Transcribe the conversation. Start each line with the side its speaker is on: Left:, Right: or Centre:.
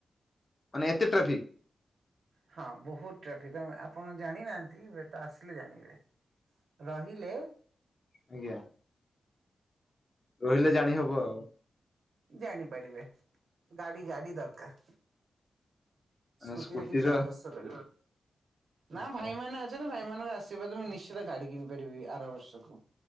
Left: ମାନେ ଏତେ ଟ୍ରାଫିକ।
Right: ହଁ ବହୁତ ଟ୍ରାଫିକ୍ ଆପଣ ଜାଣିନାହାନ୍ତି ହୁଏ ତ ଆସିଲେ ଜାଣିବେ। ରହିଲେ
Left: ଆଜ୍ଞା। ରହିଲେ ଜାଣି ହବ ଆଉ।
Right: ଜାଣିପାରିବେ ଗାଡି ଗାଡି ଦରକାର।
Left: ମାନେ
Right: ସ୍କୁଟିରେ
Left: ସ୍କୁଟିର
Right: କିଛି ଆବଶ୍ୟକ
Left: ଆଚ୍ଛା
Right: ନା ଭାଇମାନେ ଅ ଯେବେ ଭାଇମାନଙ୍କ ଆଶର୍ବାଦ ମୁଁ ନିଶ୍ଚିତ ଗାଡି କିଣିପାରିବି ଆର ବର୍ଷକୁ।